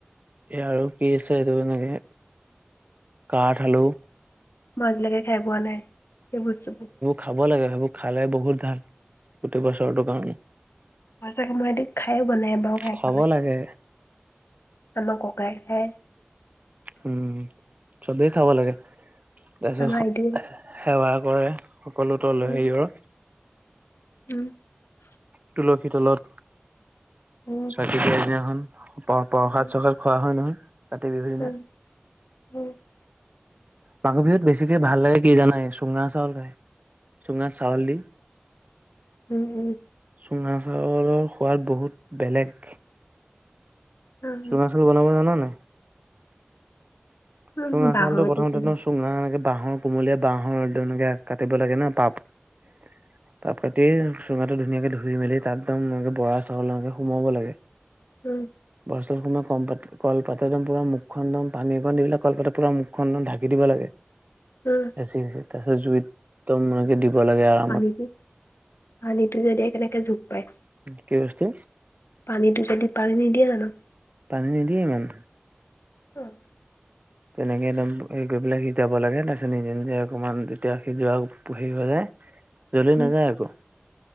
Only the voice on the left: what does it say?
মই আজিলাকে খাই পোৱা নাই সেই বস্তুবোৰ
ই তাকে মই এ খায়ে পোৱা নাই এবাৰও খাই
পোৱা নাই
আমাৰ ককাই খাই
আমাৰ আইদেউ
উম
উম
উম
উম
উম উম
উম উম
উম
উম
বাঁহৰদি
উম
উম
উম
পানীত পানীটো যদি কেনেকে জোখ পায়
পানীটো যদি পাৰি নিদিয়া জানো?
<inaudible>
উম